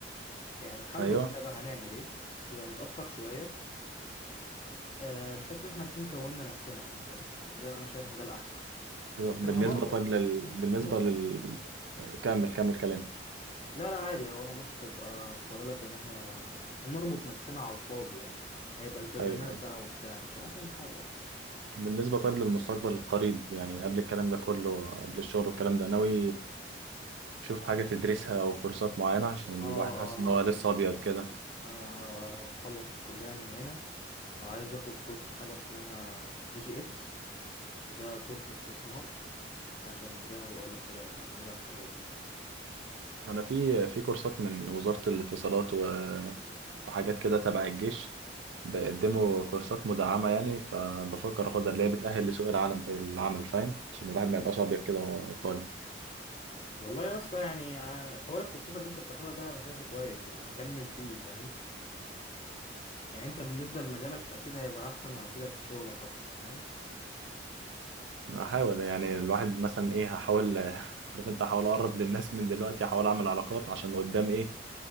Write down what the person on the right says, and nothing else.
ايوه
بالنسبة
طيب لل... بالنسبة
لل كمل كمل كلام
أيوه أيوه
بالنسبة طيب للمستقبل القريب يعني قبل الكلام ده كله قبل الشغل والكلام ده ناوي تشوف حاجة تدرسها أو كورسات معينة عشان الواحد
حاسس إن هو
لسه
أبيض كده
أنا في في كورسات من وزارة الاتصالات و... وحاجات كده تبع الجيش بيقدموا كورسات مدعمة يعني فبفكر أخدها اللي هي بتأهل لسوق العالم العمل فاهم عشان الواحد ما يبقاش أبيض كده وهو طالع
هحاول يعني الواحد مثلا ايه هحاول <laughs> عارف انت هحاول اقرب للناس من دلوقتي هحاول اعمل علاقات عشان قدام ايه